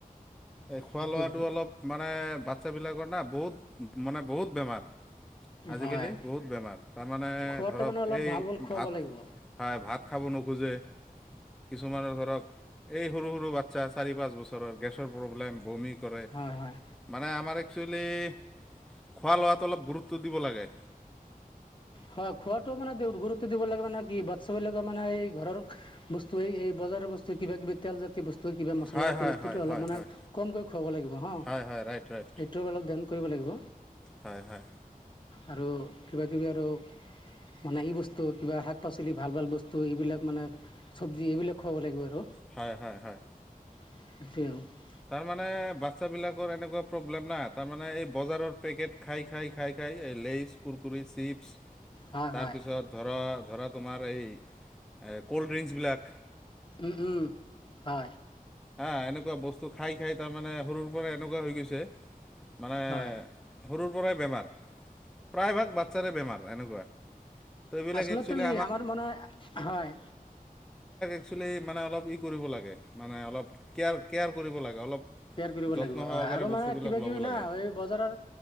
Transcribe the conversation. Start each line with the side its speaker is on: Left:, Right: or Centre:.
Centre: এই খোৱা
Left: সেইটোৱে
Centre: লোৱাটো
Left: আৰু
Centre: অলপ মানে বাচ্ছাবিলাকৰ নে বহুত। মানে বহুত বেমাৰ। আজিকালি
Left: হয়
Centre: বহুত বেমাৰ তাৰমানে
Left: খোৱাটো
Centre: ধৰক
Left: মানে অলপ
Centre: এই
Left: ভাল ভাল খুৱাব
Centre: ভাত
Left: লাগিব
Centre: খাই ভাত খাব নোখোজে। কিছুমানৰ ধৰক এই সৰু সৰু বাচ্ছা চাৰি পাঁচ বছৰৰ গেছ। প্ৰব্লেম বমিক। কৰে
Left: হয় হয়
Centre: মানে আমাৰ। একচুৱেলি খোৱা লোৱটো অলপ গুৰুত্ব দিব লাগে।
Left: হয় খোৱাাতটো মানে গুৰুত্ব দিব লাগে মানে কি বাচ্ছাবিলাকে মানে এই ঘৰৰ বস্তু এই বজাৰৰ বস্তু কিবা কিবি তেল জাতীয় বস্তু। ত কিবা মছলাাজাাতীয়
Centre: হয় হয়
Left: বস্তুটো
Centre: হয়
Left: অলপ
Centre: হয়
Left: মানে
Centre: হয়
Left: কমকৈ খুৱাব লাগিব হ
Centre: হয় হয় ৰাইট ৰাইট
Left: এইটো অলপ ধন কৰিব লাগিব।
Centre: হয় হয়
Left: আৰু কিবা কিবি আৰু। মানে এই বস্তু কিবা শাক পাচলি ভাল ভাল বস্তু এইবিলাক মানে চব্জি এইবিলাক খুৱাব লাগিব আৰু।
Centre: হয় হয় হয়।
Left: <unintelligible>
Centre: তাৰমানে বাচ্ছাবিলাকৰ এনেকুৱা প্ৰব্লেম নাই তাৰমানে এই বজাৰৰ পেকেট খাই খাই খাই খাই লেচ কুৰকৰি চিপছ
Left: হয়
Centre: তাৰপিছত
Left: হয়
Centre: ধৰক ধৰা তোমাৰ এই ক'ল্ড ড্ৰিংকচবিলাক
Left: উম উম হয়
Centre: হা এনেকুৱা বস্তু খাই খাই তাৰমানে সৰুৰ পৰা এনেকুৱা হৈ গৈছে মানে
Left: হয়
Centre: সৰুৰ পৰাই বেমাৰ প্ৰায়ভাগ বাচ্ছাৰে বেমাৰ এনেকুৱা তো এইবিলাক
Left: আচলতে
Centre: একচুৱেলি
Left: আমাৰ মন হয়
Centre: একচোৱেলি মানে অলপ ই কৰিব লাগে মানে অলপ কেয়াৰ কেয়াৰ কৰিব লাগে অলপ
Left: কেয়াৰ কৰিব
Centre: যত্ন
Left: লাগিব
Centre: সহকাৰে
Left: হয় আৰু
Centre: বস্তুবিলাক
Left: মানে কিবা
Centre: ল'ব
Left: কিবি
Centre: লাগে
Left: না এই বজাৰৰ